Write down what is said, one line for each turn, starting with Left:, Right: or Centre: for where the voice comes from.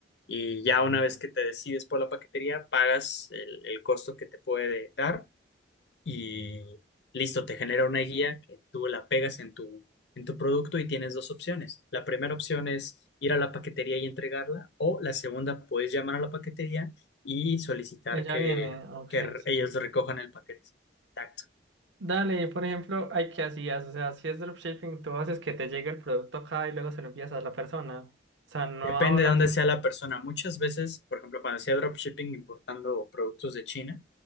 Left: Y ya una vez que te decides por la paquetería, pagas el, el costo que te puede dar y listo, te genera una guía que tú la pegas en tu, en tu producto y tienes dos opciones. La primera opción es ir a la paquetería y entregarla, o la segunda, puedes llamar a la paquetería y solicitar
Right: Ella
Left: que,
Right: viene, ok,
Left: que
Right: sí.
Left: ellos recojan el paquete. Tacto.
Right: Dale, por ejemplo, hay qué hacías, o sea, si es dropshipping, tú haces que te llegue el producto acá y luego se lo envías a la persona. O sea, no
Left: Depende
Right: ahorras.
Left: de dónde sea la persona. Muchas veces, por ejemplo, cuando hacía dropshipping importando productos de China,